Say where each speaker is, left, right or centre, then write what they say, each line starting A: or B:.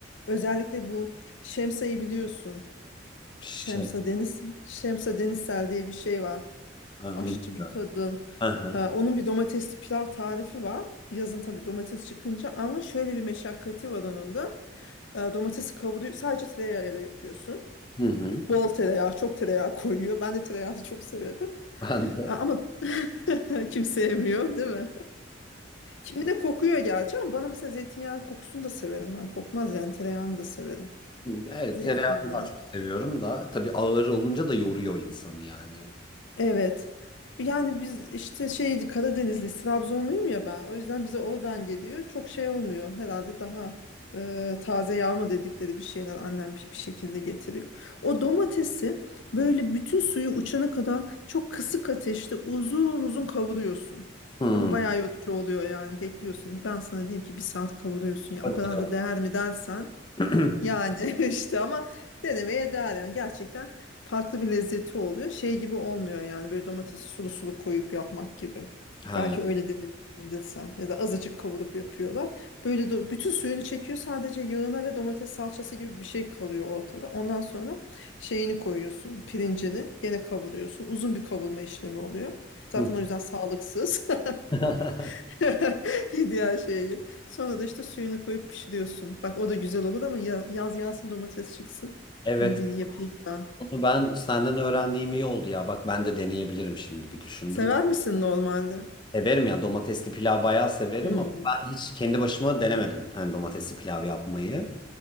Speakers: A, on the left (about 85°); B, on the left (about 25°).
A: Özellikle bu Şemsa'yı biliyorsun.
B: Şey,
A: Şemsa Deniz, Şemsa Denizsel diye bir şey var.
B: ha,
A: Aşçı
B: onu bilmiyorum.
A: bir kadın.
B: Hı hı.
A: Ee, onun bir domatesli pilav tarifi var. Yazın tabii domates çıkınca ama şöyle bir meşakkati var onun da. Ee, domatesi kavuruyor. Sadece tereyağıyla yapıyorsun.
B: Hı hı.
A: Bol tereyağı, çok tereyağı koyuyor. Ben de tereyağını çok severim.
B: Ben de
A: A- Ama <laughs> kim sevmiyor, değil mi? Kimine kokuyor gerçi ama bana mesela zeytinyağı kokusunu da severim ben. Kokmaz yani tereyağını da severim.
B: evet,
A: Zeytinyağını
B: tereyağını daha çok seviyorum da tabii ağır olunca da yoruyor insanı yani.
A: Evet. Yani biz işte şeydi Karadenizli, Trabzonluyum ya ben. O yüzden bize oradan geliyor. Çok şey olmuyor. Herhalde daha e, taze yağ mı dedikleri bir şeyler annem bir, bir şekilde getiriyor. O domatesi böyle bütün suyu uçana kadar çok kısık ateşte uzun uzun kavuruyorsun.
B: Hı.
A: Ama bayağı yorucu oluyor yani bekliyorsun. Ben sana diyeyim ki bir saat kavuruyorsun ya.
B: Hadi
A: O kadar
B: ya.
A: da değer mi dersen
B: <clears throat>
A: yani <laughs> işte ama denemeye değer yani gerçekten farklı bir lezzeti oluyor. Şey gibi olmuyor yani böyle domatesi sulu sulu koyup yapmak gibi.
B: Ha.
A: Belki öyle denemişsindir sen ya da azıcık kavurup yapıyorlar. Böyle do- bütün suyunu çekiyor sadece yağına ve domates salçası gibi bir şey kalıyor ortada. Ondan sonra şeyini koyuyorsun pirincini gene kavuruyorsun. Uzun bir kavurma işlemi oluyor. Zaten
B: Hı.
A: o yüzden sağlıksız. <laughs>
B: <laughs>
A: <laughs> Diğer şeye gir. Sonra da işte suyunu koyup pişiriyorsun. Bak o da güzel olur ama ya, yaz gelsin domates çıksın.
B: Evet
A: Bunu bir yapayım ben.
B: Onu ben senden öğrendiğim iyi oldu ya. Bak ben de deneyebilirim şimdi bir düşündüm.
A: Sever misin normalde?
B: Severim ya domatesli pilav bayağı severim
A: Hmm.
B: ama ben hiç kendi başıma denemedim. Hani domatesli pilav yapmayı.